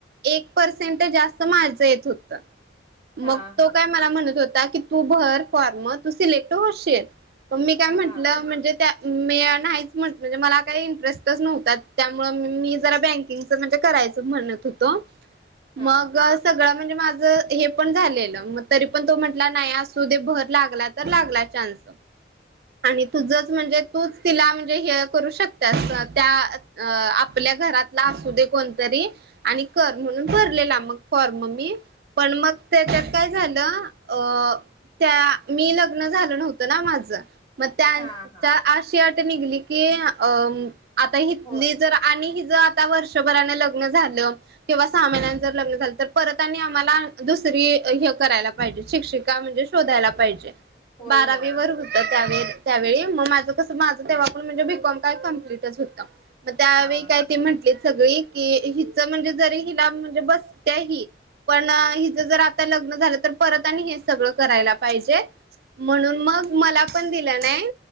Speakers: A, on the right; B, on the left.
A: एक पर्सेंट जास्त माझं येत होत. मग
B: हा हा
A: तो काय मला म्हणत होता की, तू भर फॉर्म तू सिलेक्ट होशील. मग मी काय म्हंटलं
B: हा
A: म्हणजे त्या मी नाहीच म्हटलं‌ मला काही इंटरेस्टच नव्हता. त्यामुळं मी जरा बँकिंग म्हणजे करायचं म्हणत होतो.
B: हा
A: मग
B: हा
A: सगळं म्हणजे माझं हे पण झालेलं, मग तरी पण तो म्हंटला नाही सु दे भर लागला तर लागला चान्स. आणि तुझंच म्हणजे तूच तिला म्हणजे हे करू शकत्यास. त्या अ आपल्या घरात असू दे कोणतरी आणि कर म्हणून भरलेला मग फॉर्म मी. पण मग त्याच्यात काय झालं अ त्या मी लग्न झाल नव्हतं ना, माझं मग त्यां
B: हा हा
A: त्या अशी अट निघली की अ आता हितली
B: होय
A: जर आणि हीज आता वर्षभरान लग्न झालं. किंवा सहा महिन्यांमी जर लग्न झालं, ‌ तर परत आणि आम्हाला आम्हाला दुसरी हे करायला पाहिजे शिक्षिका म्हणजे शोधायला पाहिजे.
B: होय
A: बारावीवर
B: होय
A: त्यावेळी त्यावेळी मग माझं कसं माझं तेव्हा पण म्हणजे बीकॉम काय कम्प्लीटच होतं. मग त्यावेळी
B: हा
A: काय
B: हा
A: ते म्हंटलीत सगळी, कि हिचं म्हणजे जरी हिला म्हणजे बसत्या ही. पण हिचं जर आता लग्न झालं, तर परत आणि हेच सगळं करायला पाहिजे. म्हणून मग मला पण दिलं नाही.